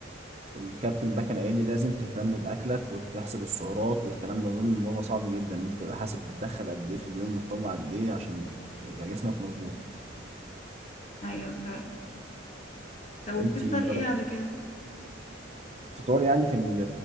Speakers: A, on the right; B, on the left.
A: الكابتن بقى كان قايل لي لازم تهتم باكلك وتحسب السعرات والكلام ده اظن الموضوع ده صعب جدا انت تبقى حاسب بتدخل قد ايه في اليوم بتطلع قد ايه عشان يبقى جسمك مظبوط
B: ايوه فعلا طب وبتفطر
A: انت جربت
B: ايه على كده
A: فطار يعني في ال-